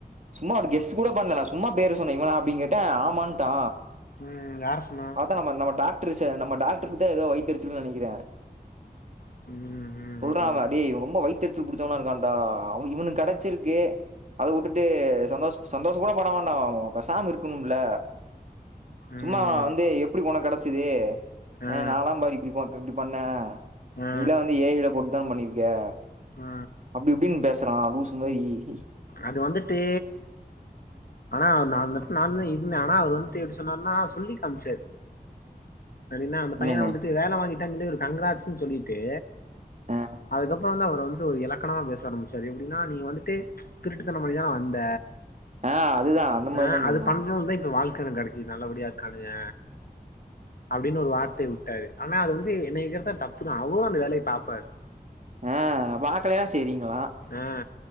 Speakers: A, on the right (about 50°); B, on the left (about 70°).
A: சும்மா ஒரு கெஸ்ஸு கூட பண்ல நா சும்மா பேரு சொன்னே இவனா அப்டின் கேட்டே ஆமான்ட்டா
B: ம் யாரு சொன்னா
A: பாத்தா நம்ம நம்ம டாக்ட்ரு ச நம்ம டாக்ட்ருத்த எதோ வைத்தரிச்சல் நெனக்கிறே
B: ம் ம்
A: புறாவா
B: ம்
A: டேய் இவன் ரொம்ப வயித்தெரிச்சல் புடிச்சவனா இருக்கான்டா அவ்னு இவ்னு கடச்சிருக்கே அத வுட்டுட்டு சந்தோஸ் சந்தோஸ கூட பட வேண்டா அவு பெசாம இருக்கணும்ல
B: ம்
A: சும்மா அந்து எப்டி உனக்கடச்சிதே
B: ஆ
A: எ நாலா பாரு இப்டிப்போன் பண்ண
B: ஆ
A: நீலா வந்து ஏ ஐ ல போட்தா என்ன பண்ணிருக்கே
B: ஆ
A: அப்டி இப்டின் பேசுறா லூசு மாயி இ ஷி
B: அது வந்துட்டே ஆனா நா அந்தட் நானுந்தா இருந்தே ஆனா அவர் வந்துட்டு எப்டி சொன்னாருன்னா சொல்லி காம்ச்சார் அடின்னா அந்த
A: என்னன்னு
B: பையன வந்துட்டு வேலை வாங்கிட்டான் சொல்லி ஒரு கங்கராட்ஸ்னு சொல்லிட்டு
A: அ
B: அதுக்கப்ற வந்து அவர் வந்து ஒரு எலக்கணமா பேச ஆரம்பிச்சாரு எப்டின்னா நீ வந்துட்டு திருட்டுத்தன பண்ணிதான வந்த
A: ஆ அதுதா அந்த மாரிதா
B: அ
A: சொன்னா
B: அது பண்றுதா இப்ப வாழ் க்கன கெடைக்கி நல்லபடியா இருக்கானுங்க அப்டின்னு ஒரு வார்த்தை விட்டாரு ஆனா அது வந்து என்னைய கேட்டா தப்பு தா அவரு அந்த வேலய பாப்பாரு
A: ஆ வாக்கலயா செய்ரிங்ளா
B: ஆ